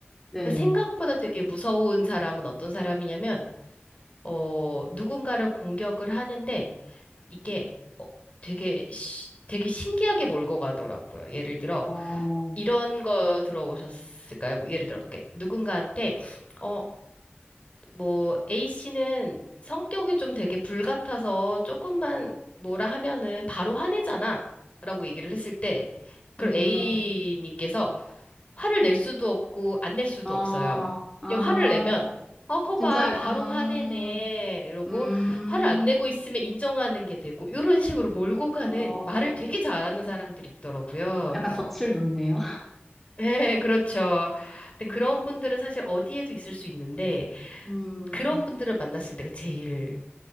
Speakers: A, in the centre; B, on the left.
A: 네네.
B: 근데 생각보다 되게 무서운 사람은 어떤 사람이냐면, 어, 누군가를 공격을 하는데 이게 어, 되게, 시- 되게 신기하게 몰고 가더라고요. 예를 들어,
A: 어,
B: 이런 거 들어보셨을까요? 뭐 예를 들어, 이렇게 누군가한테, 어, 뭐, A씨는 성격이 좀 되게 불같아서 조금만 뭐라 하면은 바로 화내잖아. 라고 얘기를 했을 때, 그럼
A: 음,
B: A님께서 화를 낼 수도 없고, 안 낼 수도
A: 어,
B: 없어요.
A: 아,
B: 이 화를 내면, 어, 거 봐,
A: 진짜,
B: 바로
A: 음,
B: 화내네. 이러고,
A: 음,
B: 화를 안 내고 있으면 인정하는 게 되고, 이런 식으로 몰고 가는
A: 어,
B: 말을 되게 잘하는 사람들이 있더라고요.
A: 어, 약간 덫을 놓네요.
B: 네, 그렇죠.
A: <laughs>
B: 근데
A: 음,
B: 그런 분들은 사실 어디에도 있을 수 있는데,
A: 음,
B: 그런 분들을 만났을 때가 제일